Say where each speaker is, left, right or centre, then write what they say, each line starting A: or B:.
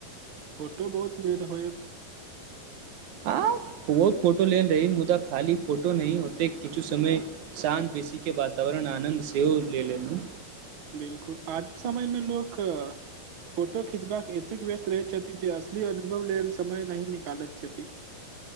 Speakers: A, on the right; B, on the right.
A: फोटो बहुत लेन होइ।
B: आ बहुत फोटो लेल रही मुदा खाली फोटो न ओते किछु समय। शांत बेसी के वातावरण आनन्द सेहो ले लेनू।
A: बिलकुल आजुक समय में लोक। फोटो खिचबाक एतेक व्यस्त रहैत छथि जे असली अनुभव लेल समय नहि निकालैत छथि।